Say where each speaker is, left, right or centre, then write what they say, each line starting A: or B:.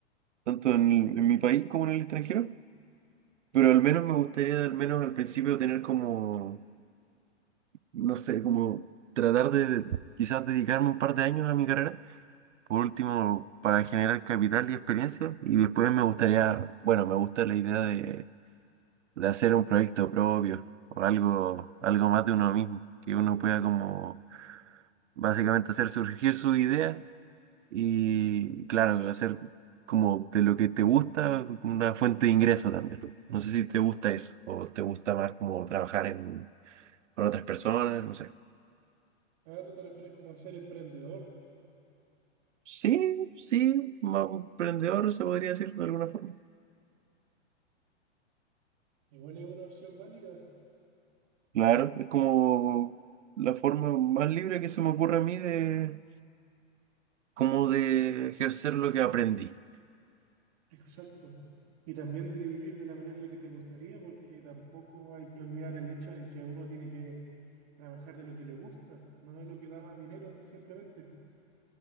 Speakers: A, on the right (about 85°); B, on the right (about 35°).
A: tanto en, el- en mi país como en el extranjero, pero al menos me gustaría al menos al principio tener como, no sé, como tratar de quizás dedicarme un par de años a mi carrera, por último, para generar capital y experiencia, y después me gustaría, bueno, me gusta la idea de, de hacer un proyecto propio o algo, algo más de uno mismo, que uno pueda como básicamente hacer surgir sus ideas y claro, hacer como de lo que te gusta, una fuente de ingreso también. No sé si te gusta eso o te gusta más como trabajar en, con otras personas, no sé.
B: Ah, tú te refieres como a ser emprendedor.
A: Sí, sí, más emprendedor se podría decir de alguna forma.
B: Igual es una opción válida.
A: Claro, es como la forma más libre que se me ocurre a mí de como de ejercer lo que aprendí.
B: Exacto. Y también de vivir de la manera en la que te gustaría, porque tampoco hay que olvidar el hecho de que uno tiene que Trabajar de lo que le gusta, no de lo que da más dinero, ¿no? simplemente.